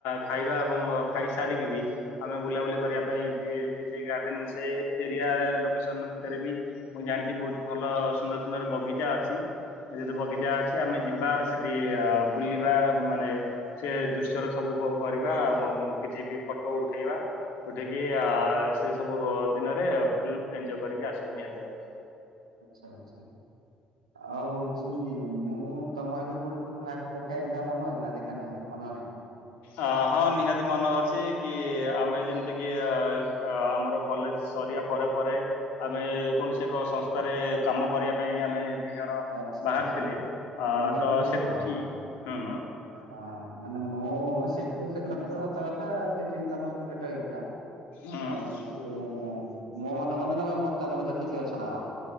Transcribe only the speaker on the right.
ଆଚ୍ଛା ଆଚ୍ଛା। ଆଉ ହଉଛି ମୁଁ ତମ <unintelligible> ଫାଷ୍ଟ ଦେଖା ହେଇଥିଲା ମନେ ଅଛି ନା ଦେଖା ନାହିଁ ମନ ନାହିଁ?
ଆଚ୍ଛା
ଆଚ୍ଛା
ମୁଁ ତମକୁ
କହୁଛି
ଶୁଣ
ହଁ ମାନେ ମୁଁ ସେଠି ତ କ ହ କଥା ଆଉ ସେଠି ତମ ସହିତ ଦେ ଖା ହେଇଥିଲା
ଆଉ ହଉଛି ମୋ ମନେ ମନେ ତମେ ବର୍ତ୍ତମାନ ବାର ତତେ ଅଛ ନା କଣ।